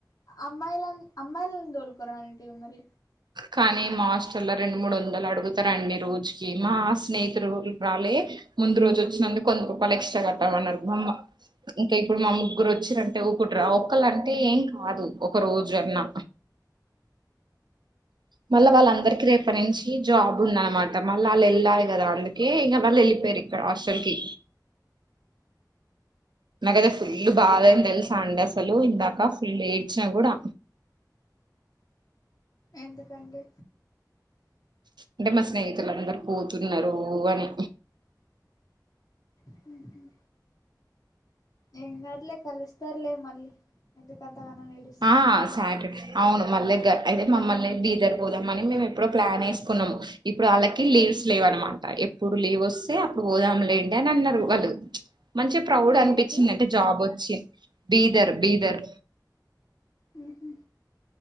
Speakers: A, on the left; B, on the right.
A: అమ్మాయిల అమ్మాయిలను దోలుకోరంటివి మరి
B: కానీ మా హాస్టల్ల్లో రెండు మూడు వందలు అడుగుతారండి రోజుకి మా స్నేహితు రాలే ముందు రోజు వచ్చినందుకు వంద రూపాయలు ఎక్స్ట్రా కట్టాలన్నారు బామ్మ ఇంకా ఇప్పుడు మా ముగ్గురు వచ్చారంటే ఊరుకుంటారా ఒళంటే ఏం కాదు ఒక రోజు అన్నా మళ్ళ వాళ్ళందరికిీ రేపటి నుంచి జాబ్ ఉందనమాట మళ్ళీ వాళ్ళు వెళ్ళాలి కదా అందుకే ఇంకా వాళ్ళు వెళ్ళిపోయారు హాస్టల్ కి నాకైతే ఫుల్ బాగాని తెలిసా అండి అసలు ఇందాక ఫుల్ ఏడ్చినా కూడా
A: ఎందుకండి
B: అంటే మా స్నేహితులు అందరు పోతున్నారు అని
A: ఉహ ఏం కాదులే కలుస్తారులే మళ్ళీ ఎందుకు అంతగానం ఏడుస్తున్నారు
B: ఆ సాటర్డే అవును మళ్ళీ అయితే మమ్మల్ని బీదర్ పోదామని మేము ఎప్పుడో ప్లాన్ వేసుకున్నాము ఇప్పుడు వాళ్ళకి లీవ్స్ లేవనమాట ఎప్పుడు లీవ్ వస్తే అప్పుడు పోదాం లేండి అని అన్నారు వాళ్ళు మంచిగా ప్రౌడ్ అనిపించింది
A: ఏడికి
B: అంటే జాబ్ వచ్చి బీదర్ బీదర్
A: ఉహ